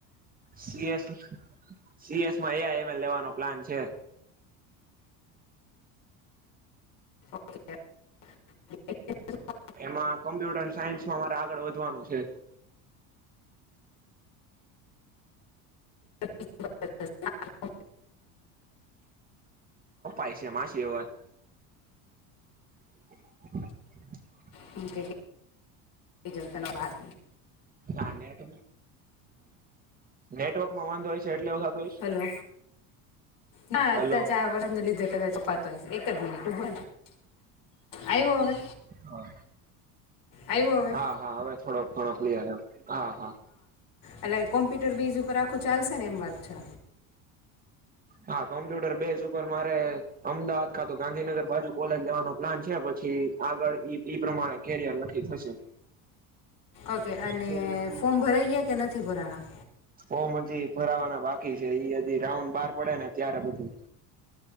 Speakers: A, on the right; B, on the left.
A: સીએસ સીએસમાં એ આઈ એમ એલ લેવાનો પ્લાન છે
B: <inaudible>
A: એમાં કોમ્પ્યુટર સાયન્સમાં મારે આગળ વધવાનું છે
B: <inaudible>
A: કછે માછ એવત <inaudible>
B: ક <inaudible> એ જો તણા વાદ
A: નાનેટ નેટવર્કમાં વાંધો હોય એટલે છે એવું થતું હોયશ
B: હલો હા
A: હલો
B: આડને લીધે ક તો એક જ મિનિટ ઉભો આવ્યો હવે
A: હા
B: આવ્યો હવે
A: હા હા હવે થોડોક થોડોક એ હા હા
B: એટલે કોમ્પ્યુટર બેઝ ઉપર આખું ચાલશે ને એમ વાત છે
A: હા કોમ્પ્યુટર બેઝ ઉપર મારે અમદાવાદ ખાતું ગાંધીનગર બાજુ કોલેજ લેવાનો પ્લાન છે પછી આગળ ઈ પ્રમાણે કેરિયર નકી થશે
B: ઓકે અને
A: કેરીઓને
B: ફોમ ભરાઈ ગયા કે નથી ભરાના
A: ફોર્મ હજી ભરાવાના બાકી છે એ હજી રાઉન્ડ બહાર પડે ને ત્યારે બધું